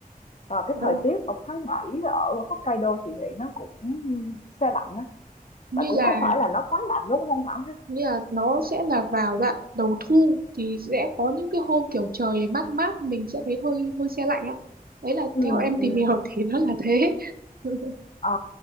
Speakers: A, on the left; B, on the right.
A: Và cái
B: Đó,
A: thời tiết ở tháng 7 ở Hokkaido chị nghĩ nó cũng se lạnh đó
B: như
A: mà cũng
B: là
A: không phải là nó quá lạnh, đúng không Thảo ha?
B: như là nó sẽ là vào đoạn đầu thu thì sẽ có những cái hôm kiểu trời mát mát mình sẽ thấy hơi hơi se lạnh á. Đấy là
A: ừ
B: theo em
A: ừm,
B: tìm hiểu <laughs> thì nó là thế. <laughs>
A: Ờ,